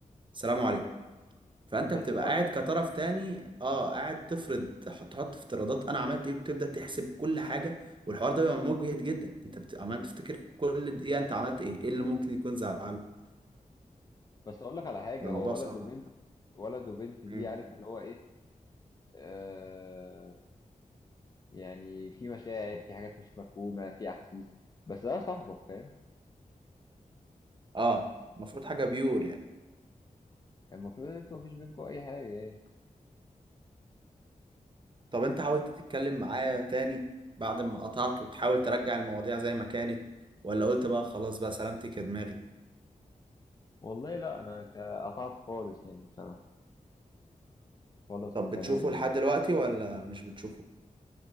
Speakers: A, on the right; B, on the left.
A: سلام عليكم فانت
B: بس
A: بتبقى
B: ولد
A: قاعد كطرف تاني اه قاعد تفرض تحط تحط افتراضات انا عملت ايه وتبدا تحسب كل حاجه والحوار ده بيبقى مجهد جدا انت بت... عمال تفتكر كل دقيقه انت عملت ايه ايه اللي ممكن يكون زعله
B: بس اقول لك على حاجه
A: الموضوع
B: هو ولد
A: صعب
B: وبنت ولد وبنت دي
A: مم.
B: عارف اللي هو ايه آه يعني في مشاعر في حاجات مش مفهومة في أحاسيس بس ده صاحبك فاهم
A: اه المفروض حاجه بيور يعني
B: المفروض إن أنتوا مفيش بينكوا أي حاجة يعني
A: طب انت حاولت تتكلم معاه تاني بعد ما قطعت وتحاول ترجع المواضيع زي ما كانت ولا قلت بقى خلاص بقى سلامتك يا دماغي
B: والله لا أنا ك- قطعت خالص يعني بصراحة خالص
A: طب بتشوفه
B: تماما
A: لحد
B: يعني
A: دلوقتي ولا مش بتشوفه